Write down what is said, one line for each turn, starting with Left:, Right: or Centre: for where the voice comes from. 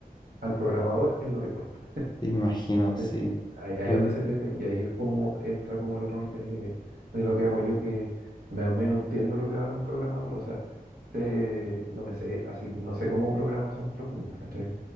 Right: al programador es lo que cuesta.
Left: sí, me imagino, sí,
Right: Sí. Ahí, ahí
Left: son,
Right: es donde se pierde y ahí es como entra como el rol de, de lo que hago yo, que más o menos entiendo lo que habla un programador, o sea, sé- no me sé así, no sé cómo programación profunda, ¿cachai?